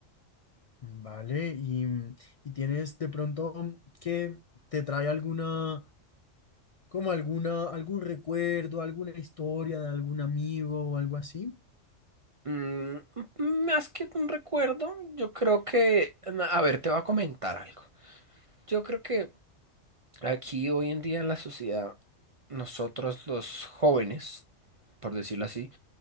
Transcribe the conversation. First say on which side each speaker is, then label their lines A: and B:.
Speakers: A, on the left; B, on the right.
A: Vale, y, mm, y tienes de pronto mm, que te trae alguna, como alguna, algún recuerdo, alguna historia de algún amigo o algo así.
B: Mm, más que un recuerdo, yo creo que, na- a ver, te voy a comentar algo. Yo creo que aquí hoy en día en la sociedad, nosotros los jóvenes, por decirlo así,